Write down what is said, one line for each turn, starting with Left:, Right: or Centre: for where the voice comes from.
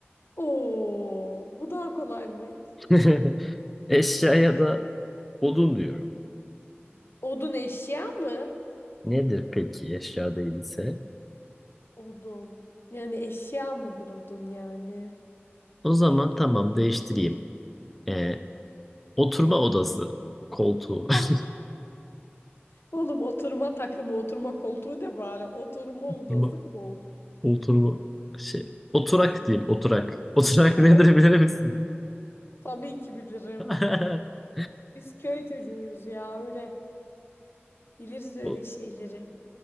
Left: Oo, bu daha kolaymış.
Centre: <laughs> Eşyaya da odun diyorum.
Left: Odun eşya mı?
Centre: Nedir peki eşya değilse?
Left: Odun. Yani eşya mıdır odun yani? <laughs>
Centre: O zaman tamam değiştireyim. Ee, oturma odası koltuğu. <laughs>
Left: Ah, oğlum oturma takımı, oturma koltuğu da bari. Oturma
Centre: Oturma,
Left: odası koltuğu.
Centre: oturma şey. Oturak diyeyim oturak. Oturak
Left: E,
Centre: <laughs> nedir
Left: o
Centre: bilir misin?
Left: tabii ki bilirim.
Centre: <laughs>
Left: Biz köy çocuğuyuz ya öyle. Biliriz öyle
Centre: O,
Left: şeyleri.